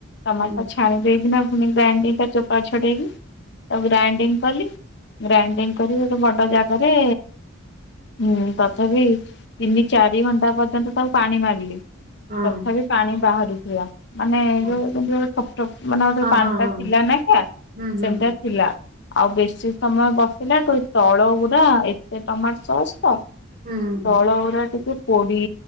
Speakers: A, on the left (about 55°); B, on the right (about 45°).
A: ତମର
B: ହୁଁ
A: ତ ଛାଳି ଦେଇକିଣା ପୁଣି ଗ୍ରାଇଣ୍ଡିଙ୍ଗ ଟା ଚୋପା ଛଡ଼େଇକି ତାକୁ ଗ୍ରାଇଣ୍ଡିଙ୍ଗ କଲି ଗ୍ରାଇଣ୍ଡିଙ୍ଗ କରି ଗୋଟେ ବଡ଼ ଜାଗରେ ହୁଁ ତଥାପି ତିନି ଚାରି ଘଣ୍ଟା ପର୍ଯ୍ୟନ୍ତ ତାକୁ ପାଣି ମାରିଲି
B: ହଁ
A: ତଥାପି ପାଣି ବାହାରୁଥିଲା। ମାନେ ଏ
B: ହଁ
A: ଯୋଉ ସେଯୋଉ ଠୋପ୍ ଠୋପ୍ ମାନେ ଏଯୋଉ
B: ହଁ
A: ପାଣି
B: ହଁ
A: ଟା
B: ହଁ
A: ଥିଲା ନା କେ
B: ହୁଁ ହୁଁ
A: ସେଇ ଟା ଥିଲା। ଆଉ ବେଶୀ ସମୟ ବସିଲାଠୁ ଏ ତଳ ଉରା ଏତେ ଟମାଟୋ ସସ୍
B: ହୁଁ
A: ତଳ ଉରା ଟିକେ ପୋଡି